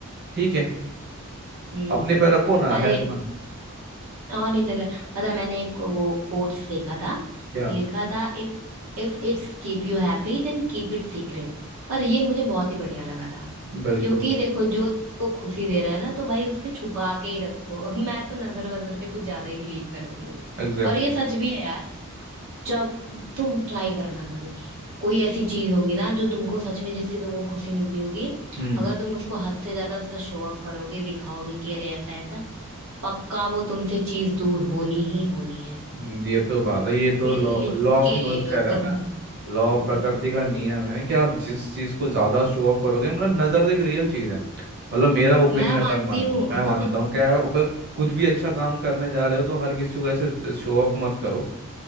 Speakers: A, on the right; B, on the right.
A: ठीक है
B: हम्म
A: अपने पे रखो ना
B: अरे
A: है तुम्हारा
B: और नहीं देखा पता है, मैंने एक वो कोट्स देखा था
A: क्या
B: लिखा था if if it's keep you happy then keep it secret और ये मुझे बहुत ही बढ़िया लगा था
A: बिल्कुल
B: क्योंकि देखो जो तुमको खुशी दे रहा है ना तो भाई उसके छुपा के ही रखो <laughs> मैं तो नजर वजर पे कुछ ज्यादा ही बिलीव करती हूँ
A: एग्जैक्टली
B: और ये सच भी है यार जब तुम ट्राई करना कभी कोई ऐसी चीज होगी ना जो तुमको सच में जिससे तुमको खुशी मिलती होगी
A: हम्म
B: अगर तुम उसको हद से ज्यादा उसका शो ऑफ करोगे दिखाओगे कि अरे ऐसा ऐसा पक्का वो तुमसे चीज दूर होनी ही होनी है
A: हम्म, ये तो बात है ये तो
B: ये
A: लॉ
B: लिख
A: लॉ ऑफ
B: के
A: नेचर
B: ले लो
A: है ना लॉ
B: तुम <laughs>
A: प्रकृति का नियम है कि आप जिस चीज को ज्यादा शो ऑफ करोगे मतलब नजर एक रियल चीज है मतलब मेरा ओपिनियन
B: मैं
A: अगर
B: मानती
A: मानता
B: हूँ
A: हूँ मैं मानता हूँ क्या
B: <laughs>
A: अब कुछ भी अच्छा काम करने जा रहे हो तो हर किसी को ऐसे शो ऑफ मत करो